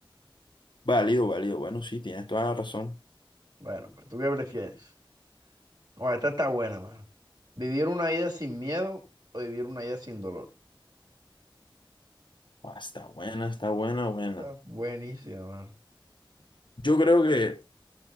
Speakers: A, on the left; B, on the right.
A: Válido, válido, bueno, sí, tienes toda la razón.
B: Bueno, pues, ¿tú qué prefieres? Oh, esta está buena, mano. ¿Vivir una vida sin miedo o vivir una vida sin dolor?
A: Ah, está buena, está buena, buena.
B: Está buenísima, mano.
A: Yo creo que,